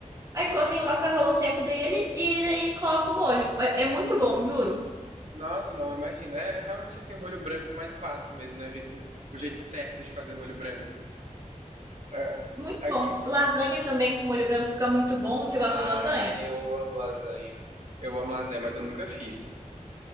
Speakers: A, on the right (about 25°); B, on the right (about 60°).
A: Aí cozinha o macarrão no tempo dele e daí coloca o molho. É, é muito bom, juro.
B: Nossa, não, imagina. É é realmente assim, o molho branco mais clássico mesmo, né? O jeito, o jeito certo de fazer molho branco. É.
A: Muito
B: Aqui
A: bom.
B: em...
A: Lasanha também com molho branco fica muito bom. Você gosta
B: Ai,
A: de lasanha?
B: eu amo lasanha. Eu amo lasanha, mas eu nunca fiz.